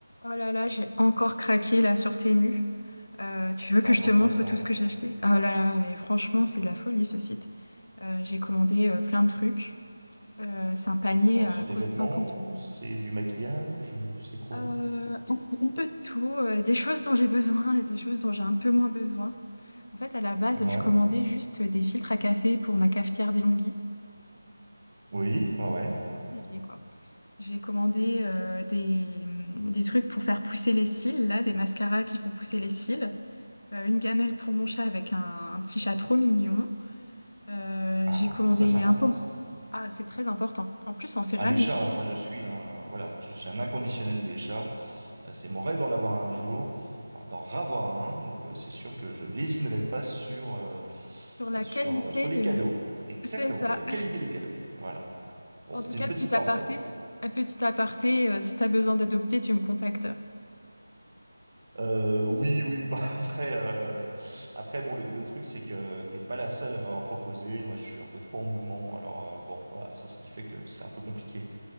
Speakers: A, on the left; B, on the right.
A: Oh là là, j'ai encore craqué là sur Temu. Euh, tu veux
B: Raconte-moi
A: que je te montre
B: ça.
A: tout ce que j'ai acheté? Oh là là, mais franchement, c'est de la folie ce site. Euh, j'ai commandé euh, plein de trucs. Euh, c'est un panier
B: Alors,
A: à
B: c'est
A: quoi
B: des vêtements,
A: 50 euros.
B: c'est du maquillage, c'est quoi?
A: Euh, un peu de tout, euh, des choses dont j'ai besoin et des choses dont j'ai un peu moins besoin. En fait, à la base,
B: Ouais.
A: je commandais juste des filtres à café pour ma cafetière d'Elonghi,
B: Oui, ouais, ouais.
A: d'évier quoi. J'ai commandé euh, des, des trucs pour faire pousser les cils, là, des mascaras qui font pousser les cils. euh, une gamelle pour mon chat avec un, un petit chat trop mignon. Euh,
B: Ah,
A: j'ai commandé
B: ça, c'est important,
A: un pot.
B: ça.
A: Ah, c'est très important. En plus, en céramique.
B: Ah, les chats,
A: hein.
B: moi, je suis un, voilà, moi, je suis un inconditionnel des chats. Euh, C'est mon rêve d'en avoir un un jour. Enfin, d'en ravoir un. Donc, euh, c'est sûr que je lésinerai pas sur, euh,
A: Sur la
B: sur,
A: qualité,
B: euh, sur les
A: euh,
B: cadeaux. Exactement.
A: c'est ça.
B: Et la qualité des cadeaux. Voilà. Bon,
A: En
B: c'était
A: tout cas,
B: une petite
A: petit
B: parenthèse.
A: aparté, si- un petit aparté, euh, si t'as besoin d'adopter, tu me contactes.
B: Euh, oui, oui, <laughs> bah après, euh, après bon, le, le truc c'est que t'es pas la seule à m'avoir proposé. Moi, je suis un peu trop en mouvement, alors euh, bon, voilà, c'est ce qui fait que c'est un peu compliqué.